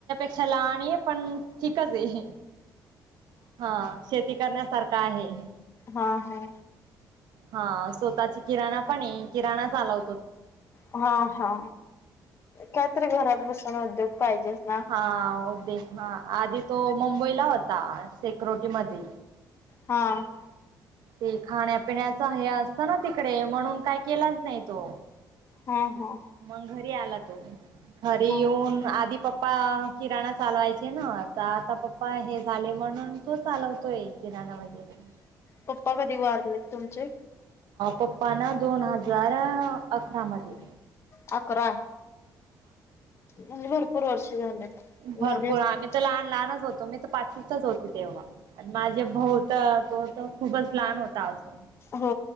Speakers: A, on the right; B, on the left.
A: क्षा लहान आहे. पण ठीकच आहे. हा शेती करण्यास सारख आहे.
B: हा हा.
A: हा स्वतः ची किराणा पण आहे किराणा चालव
B: हा हा कायतरी घरात बस सुन उद्योग पाहिजेच ना.
A: हा उद्योग हा आदी तो मुंबईला होता सेकुरिटीमध्ये.
B: हा.
A: ते खाण्यापिण्याच हे असतं ना तिकडे म्हणून काय केलाच नाही तो.
B: ह हा.
A: मग आला तो घरी
B: हा
A: येऊन आधी पप्पा पप्पा किराणा चालवायचे ना आता आता पप्पा हे झाले म्हणून तो चालवतोय किराणा वगैरे.
B: पप्पा कधी वारलेत तुमचे?
A: पप्प ना दोन हजार अकरामध्ये.
B: अकरा! म्हजे भरपूर वर्षी झालेत.
A: भरपूर
B: झाले असतील.
A: आम्ही तर लहान लहानच हो तो मी त पाचवीतच होती तेव्हा आणि माझे भाऊ त को तो खूपच लहान होता आजून
B: हो